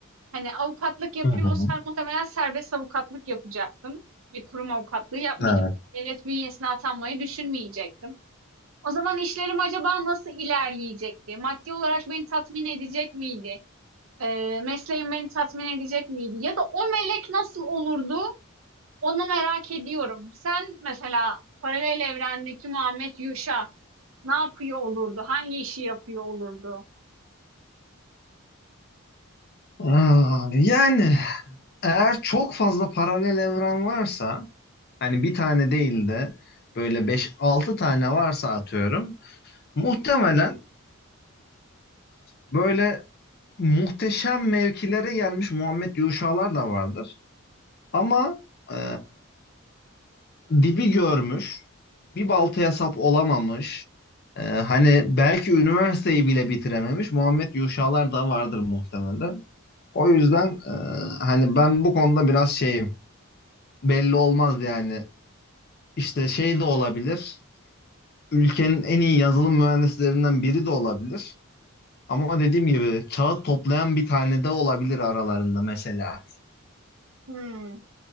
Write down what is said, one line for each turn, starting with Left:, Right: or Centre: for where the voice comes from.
Right: Hani avukatlık yapıyorsan
Left: Hı hı.
Right: muhtemelen serbest avukatlık yapacaktım. Bir kurum avukatlığı yapmayacaktım.
Left: Evet.
Right: Devlet bünyesine atanmayı düşünmeyecektim. O zaman işlerim acaba nasıl ilerleyecekti? Maddi olarak beni tatmin edecek miydi? Ee, mesleğim beni tatmin edecek miydi? Ya da o melek nasıl olurdu? Onu merak ediyorum. Sen mesela paralel evrendeki Muhammed Yuşa ne yapıyor olurdu? Hangi işi yapıyor olurdu?
Left: Aa, yani eğer çok fazla paralel evren varsa Hani bir tane değil de böyle beş altı tane varsa atıyorum. Muhtemelen böyle muhteşem mevkilere gelmiş Muhammed Yuşalar da vardır. Ama e, dibi görmüş, bir baltaya sap olamamış, e, hani belki üniversiteyi bile bitirememiş Muhammed Yuşalar da vardır muhtemelen. O yüzden e, hani ben bu konuda biraz şeyim, belli olmaz yani. İşte şey de olabilir. ülkenin en iyi yazılım mühendislerinden biri de olabilir. Ama dediğim gibi kağıt toplayan bir tane de olabilir aralarında mesela.
Right: Hmm,